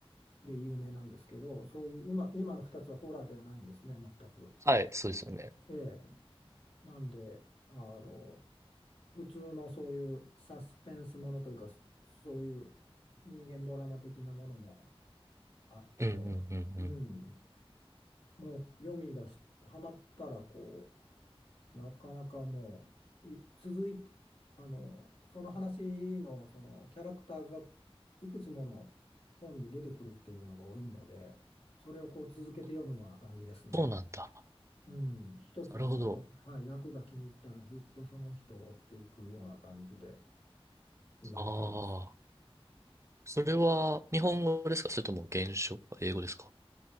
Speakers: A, on the left; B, on the right.
A: で有名なんですけど、そういう今、今の2つはホラーではないんですね、全く。
B: た。はい、そうですよね。
A: ええ、なんで、あの、普通のそういうサスペンスものというか、そそういう人間ドラマ的なものもあって、
B: うんうんうんう
A: うん、
B: ん。
A: もう読み出し、ハマったらこう、なかなかもう、い続いて、あの、その話のそのキャラクターがいくつもの本に出てくるっていうのが多いので、それをこう続けて読むような感じですね。
B: そうなんだ。
A: うん、一つのその、
B: なるほど。
A: はい、役が気に入ったらずっとその人を追っていくような感じで今読んでます。
B: ああ、それは日本語ですかそれとも原書、英語ですか